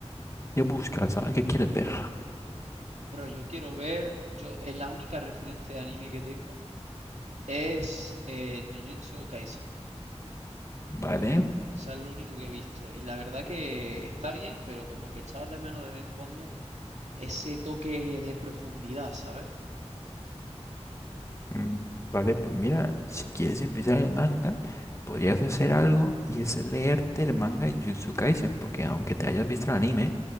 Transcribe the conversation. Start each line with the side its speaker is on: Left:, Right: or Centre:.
Left: qué buscas, ¿sabes? ¿Qué quieres ver?
Right: Bro, yo quiero ver, yo es la única referencia de anime que tengo es eh, Jujutsu Kaisen.
Left: ¿Vale?
Right: O sea, es lo único que he visto. Y la verdad que está bien, pero como que echaba de menos de vez en cuando ese toque de profundidad, ¿sabes?
Left: Mm, Vale, pues mira, si quieres empezar el manga, podrías hacer algo y es leerte el manga en Jujutsu Kaisen, porque aunque te hayas visto el anime,